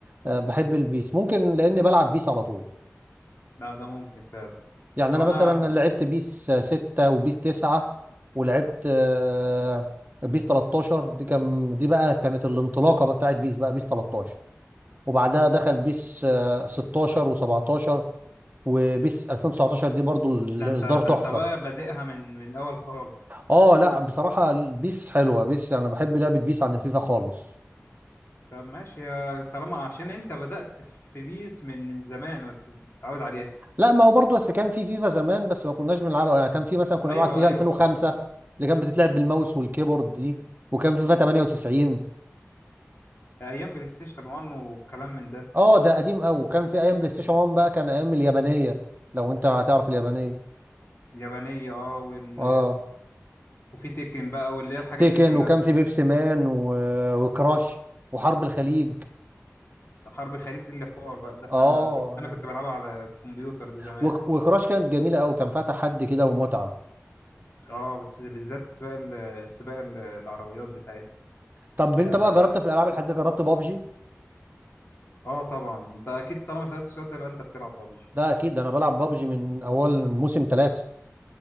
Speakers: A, on the right (about 35°); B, on the left (about 55°).
A: آه، بحب البيس ممكن لاني بلعب بيس على طول
B: ده ده ممكن فعلا
A: يعني
B: طب
A: انا
B: أنا
A: مثلا لعبت بيس 6 وبيس 9 ولعبت آه، بيس 13 دي كان دي بقى كانت الانطلاقه بقى بتاعت بيس بقى بيس 13 وبعدها دخل بيس آه، 16 و17 وبيس 2019 دي برضو الاصدار
B: ده أنت
A: تحفه
B: ده أنت بقى بادئها من من الأول خالص
A: اه لا بصراحه بيس حلوه بيس انا بحب لعبه بيس عن الفيفا خالص
B: طب ماشي يا طالما عشان أنت بدأت في بيس من من زمان وأنت متعود عليها
A: لا ما هو برضو بس كان في فيفا زمان بس ما كناش بنلعبها يعني كان في مثلا كنا
B: ايوه
A: بنلعب فيفا
B: ايوه
A: 2005 اللي كان بتتلعب بالماوس والكيبورد دي وكان فيفا 98
B: ايام بلاي ستيشن 1 والكلام من ده
A: اه ده قديم قوي كان في ايام بلاي ستيشن 1 بقى كان ايام اليابانيه لو انت هتعرف اليابانيه
B: اليابانيه اه وال
A: اه
B: وفي تيكن بقى واللي هي الحاجات
A: تيكن
B: دي كلها
A: وكان في بيبسي مان و... وكراش وحرب الخليج
B: حرب الخليج دي اللي حوار بقى ده احنا
A: اه
B: كنت انا
A: لا
B: كنت بلعبها على الكمبيوتر ده زمان
A: وك... وكراش كانت جميله قوي كان فيها تحدي كده ومتعه
B: اه بس بالذات سباق ال... سباق ال- العربيات بتاعتها
A: طب
B: يا
A: انت بقى جربت في الالعاب الحديثه جربت بابجي
B: اه طبعا انت اكيد طالما سالت السؤال ده يبقى انت بتلعب بابجي
A: ده اكيد ده انا بلعب بابجي من اول موسم ثلاثة